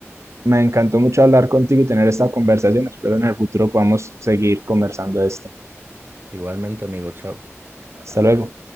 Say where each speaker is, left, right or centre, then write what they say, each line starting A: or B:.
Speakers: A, on the right (about 65°); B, on the right (about 45°).
A: Me encantó mucho hablar contigo y tener esta conversación. Espero en el futuro podamos seguir conversando de esto.
B: Igualmente, amigo, chao.
A: Hasta luego.